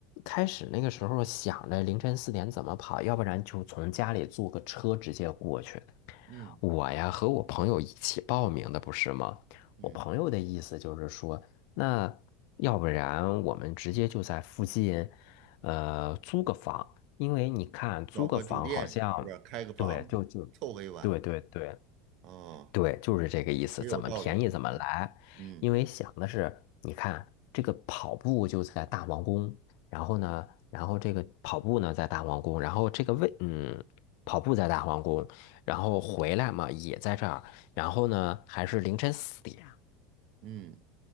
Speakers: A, on the left; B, on the right.
A: 开始那个时候想着凌晨四点怎么跑，要不然就从家里坐个车直接过去。
B: 嗯
A: 我呀和我朋友一起报名的，不是吗？
B: 嗯，
A: 我朋友的意思就是说，那要不然我们直接就在附近，呃，租个房，因为你看租个房好像，
B: 找个酒店是吧？开个房，
A: 对，就就，
B: 凑合一晚。
A: 对对对。
B: 哦，
A: 对，就是这个意思，
B: 也有道理。
A: 怎么便宜怎么来。
B: 嗯嗯
A: 因为想的是，你看这个跑步就在大皇宫，然后呢，然后这个跑步呢在大皇宫，然后这个位，嗯，跑步在大皇宫，然后回来嘛也在这儿，然后呢还是凌晨四点，
B: 嗯